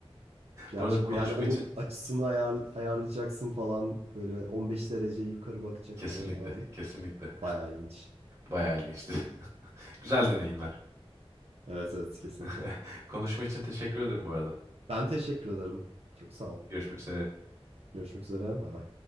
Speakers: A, on the right; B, on the right.
A: Gerçi
B: Bu arada konuşma
A: yani onun
B: için
A: açısını ayar, ayarlayacaksın falan. Böyle 15 derece yukarı bakacak
B: kesinlikle
A: falan ağzın.
B: kesinlikle
A: Bayağı ilginç.
B: bayağı ilginçti. <laughs> Güzel deneyimler.
A: Evet evet kesinlikle.
B: <laughs> Konuşma için teşekkür ederim bu arada.
A: Ben teşekkür ederim. Çok sağ ol.
B: Görüşmek üzere.
A: Görüşmek üzere. Bay bay.